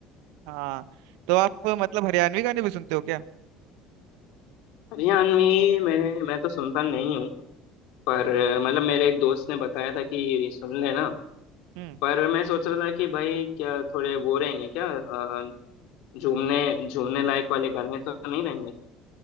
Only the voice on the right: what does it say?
हाँ तो आप मतलब हरियाणवी गाने भी सुनते हो क्या
हम्म